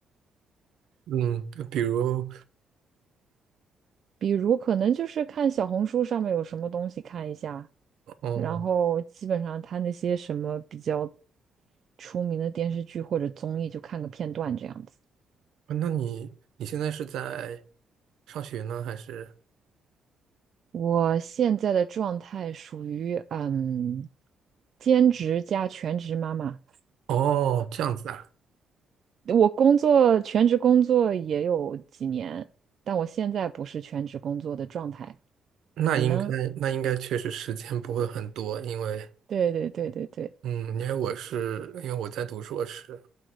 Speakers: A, on the right; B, on the right.
A: 嗯，比如，
B: 比如可能就是看小红书上面有什么东西看一下，
A: 哦，
B: 然后基本上他那些什么比较出名的电视剧或者综艺就看个片段这样子。
A: 那你你现在是在上学呢，还是？
B: 我现在的状态属于嗯，兼职加全职妈妈。
A: 哦，这样子啊，
B: 我工作全职工作也有几年，但我现在不是全职工作的状态。
A: 那应该那应该确实时间不会很多，
B: 你呢？
A: 因为
B: 对对对对对，
A: 嗯，因为我是因为我在读硕士，